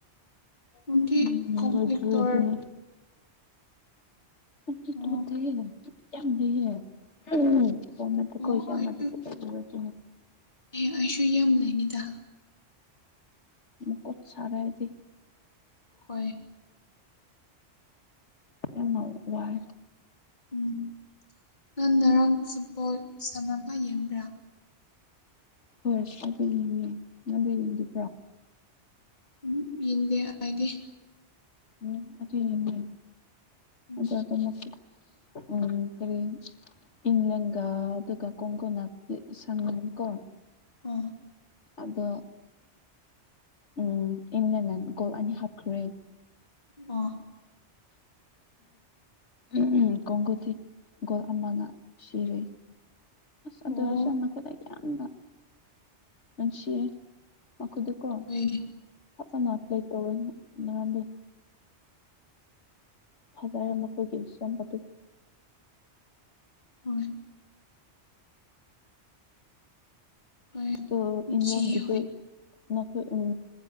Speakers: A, on the left; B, on the left.
A: ꯉꯟꯗꯤ
B: ꯎꯝ
A: ꯀꯝꯄ꯭ꯂꯤꯛ
B: ꯂꯣꯏꯗ꯭ꯔꯤ
A: ꯇꯧꯔꯦ
B: ꯑꯗꯨꯅꯤ ꯀꯝꯄ꯭ꯂꯤꯛ
A: ꯑꯣ
B: ꯇꯧꯗꯦ ꯌꯥꯝ ꯂꯩꯌꯦ <unintelligible>
A: ꯑꯣ ꯑꯩꯁꯨ
B: <unintelligible>
A: ꯑꯦ ꯑꯩꯁꯨ ꯌꯥꯝ ꯂꯩꯅꯤꯗ
B: ꯃꯀꯣꯠ ꯁꯔꯥꯏꯗꯤ
A: ꯍꯣꯏ
B: ꯌꯝꯅ ꯋꯥꯏ
A: ꯎꯝ ꯅꯟ ꯅꯔꯥꯡ ꯏꯁꯁꯥꯕꯣꯏ ꯁꯥꯟꯅꯕ ꯌꯦꯟꯕ꯭ꯔꯥ꯫
B: ꯍꯣꯏ ꯉꯠꯇꯥ ꯌꯦꯡꯉꯦ ꯅꯪꯗꯤ ꯌꯦꯡꯗꯕ꯭ꯔꯥ꯫
A: ꯎꯝ ꯌꯦꯟꯗꯦ ꯑꯩꯗꯤ
B: ꯎꯝ ꯑꯗꯨꯏꯅꯤꯅꯦ
A: ꯎꯝ
B: ꯑꯗꯣ ꯑꯗꯨꯃꯛ ꯎꯝ ꯀꯔꯤ ꯏꯪꯂꯦꯟꯒꯥ ꯑꯗꯨꯒ ꯀꯣꯡꯒꯣꯟꯅ ꯄ꯭ꯂꯤꯛ ꯁꯥꯟꯅꯩꯀꯣ꯫
A: ꯑꯣꯥ
B: ꯑꯗꯣ ꯎꯝ ꯏꯪꯂꯦꯟꯅ ꯒꯣꯜ ꯑꯅꯤ ꯍꯞꯈ꯭ꯔꯦ꯫
A: ꯑꯣ
B: ꯑꯗꯨ ꯎꯝ ꯀꯣꯡꯒꯣꯗꯤ ꯒꯣꯜ ꯑꯃꯅ ꯁꯤꯔꯦ꯫ ꯑꯁ ꯑꯗꯨꯑꯣꯏꯔꯁꯨ
A: ꯑꯣ
B: ꯅꯈꯣꯏꯗ ꯌꯥꯝꯅ ꯅꯨꯡꯁꯤꯌꯦ ꯃꯈꯣꯏꯗꯨꯀꯣ
A: ꯑꯣꯏꯅꯦ
B: ꯐꯖꯟꯅ ꯄ꯭ꯂꯦꯠ ꯇꯧꯔꯅꯤ ꯅꯔꯥꯟꯗꯤ ꯐꯖꯔꯦ ꯃꯈꯣꯏꯒꯤ ꯁꯦꯝꯄꯇꯨ
A: <unintelligible> ꯍꯣꯏ
B: ꯑꯗꯣ
A: ꯅꯨꯡꯁꯤꯌꯦ
B: ꯏꯪꯔꯦꯟꯒꯤꯗꯨ
A: ꯍꯣꯏ
B: ꯅꯈꯣꯏ ꯎꯝ